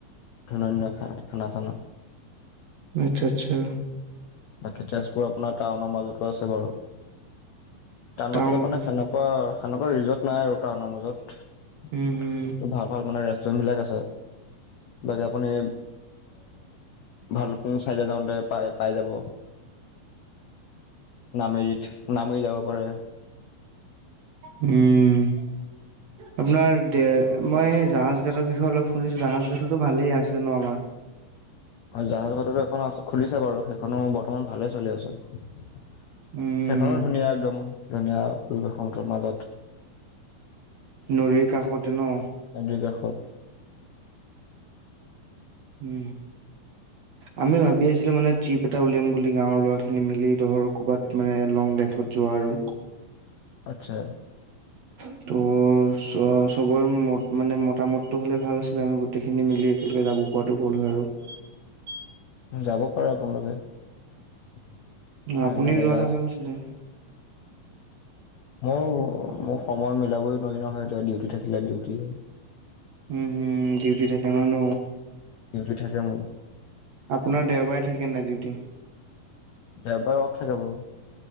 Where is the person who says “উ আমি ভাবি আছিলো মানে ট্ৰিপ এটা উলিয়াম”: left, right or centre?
Right